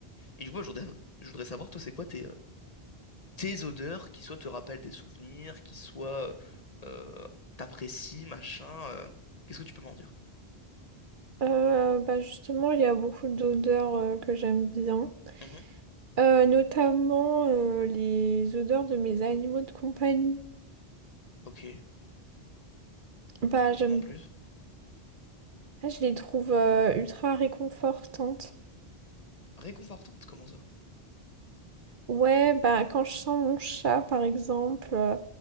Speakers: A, on the left; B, on the right.
A: Et du coup, je voudrais, je voudrais savoir, toi, c'est quoi tes, euh, tes odeurs qui soit te rappellent des souvenirs, qui soit euh, t'apprécient, machin. euh, qu'est-ce que tu peux m'en dire?
B: Euh, bah justement, il y a beaucoup d'odeurs euh, que j'aime bien,
A: Mhm.
B: Euh, notamment euh, les odeurs de mes animaux de compagnie.
A: Ok,
B: Bah,
A: Di- dis-moi
B: j'aime,
A: en plus.
B: bah, je les trouve euh, ultra réconfortantes.
A: Réconfortante, comment ça?
B: Ouais, bah quand je sens mon chat par exemple, euh,